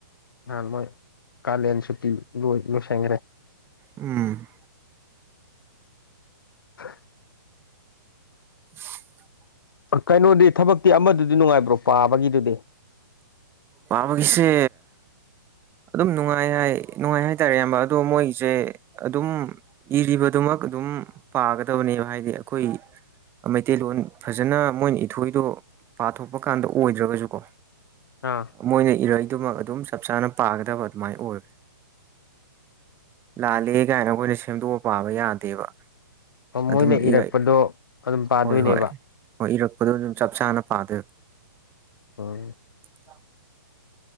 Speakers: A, on the left (about 85°); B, on the right (about 20°).
A: ꯅꯍꯥꯟ ꯃꯣꯏ ꯀꯥꯂꯦꯟꯁꯨꯇꯤ ꯂꯣꯏ ꯂꯣꯏꯁꯟꯒ꯭ꯔꯦ
B: ꯎꯝ
A: <inaudible>
B: <unintelligible>
A: ꯀꯩꯅꯣꯗꯤ ꯊꯕꯛꯇꯤ ꯑꯃꯗꯨꯗꯤ ꯅꯨꯡꯉꯥꯏꯕ꯭ꯔꯣ ꯄꯥꯕꯒꯤꯗꯨꯗꯤ
B: ꯄꯕꯒꯤꯁꯦ ꯑꯗꯨꯝ ꯅꯨꯡꯉꯥꯏ ꯍꯥꯏ ꯅꯨꯡꯉꯥꯏ ꯍꯥꯏꯇꯥꯔꯦ ꯏꯌꯥꯝꯕ ꯑꯗꯣ ꯃꯣꯏꯒꯤꯖꯦ ꯑꯗꯨꯝ ꯏꯔꯤꯕꯗꯨꯃꯛ ꯑꯗꯨꯝ ꯄꯥꯒꯗꯕꯅꯦꯕ ꯍꯥꯏꯗꯤ ꯑꯩꯈꯣꯏ ꯃꯩꯇꯩꯂꯣꯟ ꯐꯖꯅ ꯃꯣꯏꯅ ꯏꯊꯣꯏꯗꯣ ꯄꯥꯊꯣꯛꯄ ꯀꯥꯟꯗ ꯑꯣꯏꯗ꯭ꯔꯒꯖꯨꯀꯣ
A: ꯑꯥ
B: ꯃꯣꯏꯅ ꯏꯔꯩꯗꯨꯃꯛ ꯑꯗꯨꯝ ꯆꯞ ꯆꯥꯅ ꯄꯥꯒꯗꯕ ꯑꯗꯨꯃꯥꯏ ꯑꯣꯏ ꯂꯥꯜꯂꯦ ꯀꯥꯏꯅ ꯑꯈꯣꯏꯅ ꯁꯦꯝꯗꯣꯛꯑ ꯄꯥꯕ ꯌꯥꯗꯦꯕ
A: ꯃꯣꯏꯅ
B: ꯑꯗꯨꯝ
A: ꯏꯔꯛꯄꯗꯣ
B: ꯏꯔꯛ
A: ꯑꯗꯨꯝ ꯄꯥꯗꯣꯏꯅꯦꯕ
B: ꯍꯣꯏ ꯍꯣꯏ ꯍꯣꯏ ꯏꯔꯛꯄꯗꯣ ꯑꯗꯨꯝ ꯆꯞ ꯆꯥꯅ ꯄꯥꯗꯣꯏ
A: ꯎꯝ
B: <unintelligible>